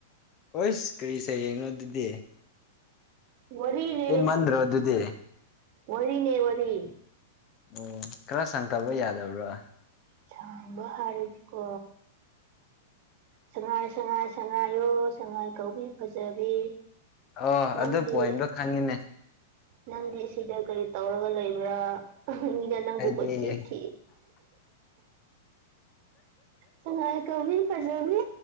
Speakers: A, on the left; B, on the right.
A: ꯍꯨꯁ ꯀꯔꯤ ꯁꯩꯔꯦꯡꯅꯣ ꯑꯗꯨꯗꯤ
B: ꯋꯥꯔꯤꯅꯦ
A: ꯇꯦꯟꯃꯟꯗ꯭ꯔꯣ ꯑꯗꯨꯗꯤ
B: ꯋꯥꯔꯤꯅꯦ ꯋꯥꯔꯤ
A: ꯎꯝ ꯈꯔ ꯁꯪꯊꯕ ꯌꯥꯗꯕ꯭ꯔꯥ
B: ꯁꯥꯡꯕ ꯍꯥꯏꯔꯗꯤꯀꯣ ꯁꯉꯥꯏ ꯁꯉꯥꯏ ꯁꯉꯥꯏꯌꯣ ꯁꯉꯥꯏ ꯀꯧꯕꯤ ꯐꯖꯕꯤ
A: ꯑꯣ
B: ꯅꯪꯗꯤ
A: ꯑꯗꯣ ꯄꯣꯏꯟꯗꯣ ꯈꯪꯉꯤꯅꯦ
B: ꯅꯪꯗꯤ ꯁꯤꯗ ꯀꯔꯤ ꯇꯧꯔꯒ ꯂꯩꯕ꯭ꯔꯥ ꯃꯤꯅ ꯅꯪꯕꯨ
A: ꯑꯩꯗꯤ
B: ꯀꯣꯏꯊꯤ ꯊꯤ ꯁꯉꯥꯏ ꯀꯧꯕꯤ ꯐꯖꯕꯤ